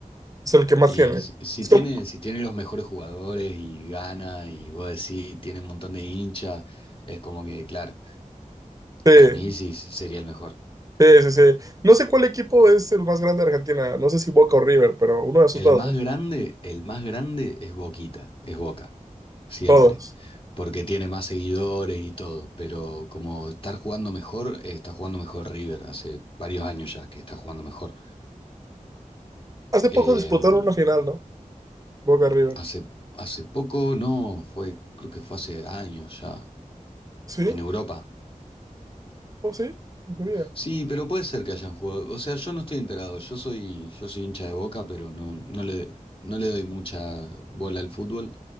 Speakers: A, on the right (about 25°); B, on the left (about 40°).
A: Es el que más
B: Y
A: tiene.
B: si, si
A: Es
B: tiene,
A: como,
B: si tiene los mejores jugadores y gana y vos decís, tiene un montón de hinchas, es como que, claro,
A: sí,
B: para mí sí sería el mejor.
A: sí, sí, sí. No sé cuál equipo es el más grande de Argentina, no sé si Boca o River, pero uno de esos
B: El
A: dos,
B: más
A: ¿no?
B: grande, el más grande es Boquita, es Boca, siempre,
A: Todos.
B: porque tiene más seguidores y todo, pero como estar jugando mejor, eh, está jugando mejor River, hace varios años ya que está jugando mejor.
A: Hace poco
B: Em,
A: disputaron una final, ¿no? Boca River.
B: hace, hace poco, no, fue, creo que fue hace años ya,
A: Sí,
B: en Europa.
A: o sí, no sabía.
B: Sí, pero puede ser que hayan jugado, o sea, yo no estoy enterado, yo soy, yo soy hincha de Boca, pero no, no le, no le doy mucha bola al fútbol